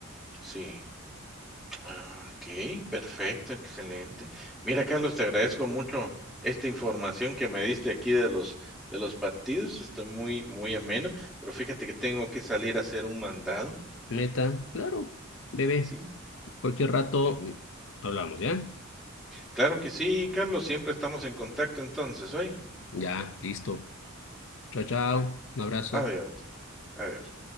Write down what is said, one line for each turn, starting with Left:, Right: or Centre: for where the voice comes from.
Centre: sí. Ah, okey, perfecto, excelente. Mira, Carlos, te agradezco mucho esta información que me diste aquí de los de los partidos, Estoy muy muy ameno, pero fíjate que tengo que salir a hacer un mandado.
Left: Meta, claro, bebé,
Centre: Sí,
Left: cualquier rato mm, hablamos, ¿ya?
Centre: claro que sí, Carlos, siempre estamos en contacto entonces, ¿oye?
Left: Ya, listo. Chao, chao, un abrazo.
Centre: Adiós. Adiós.